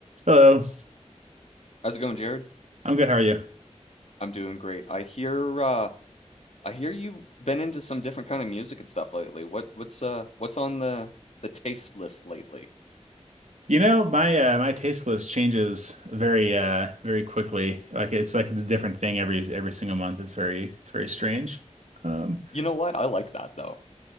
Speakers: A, on the right (about 70°); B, on the left (about 65°).
A: Hello,
B: How's it going, Jared?
A: I'm good. How are you?
B: I'm doing great. I hear uh I hear you've been into some different kind of music and stuff lately. What what's uh what's on the the taste list lately?
A: You know, my uh, my taste list changes very uh very quickly. Like it's like a different thing every every single month. It's very it's very strange. Um,
B: You know what? I like that though.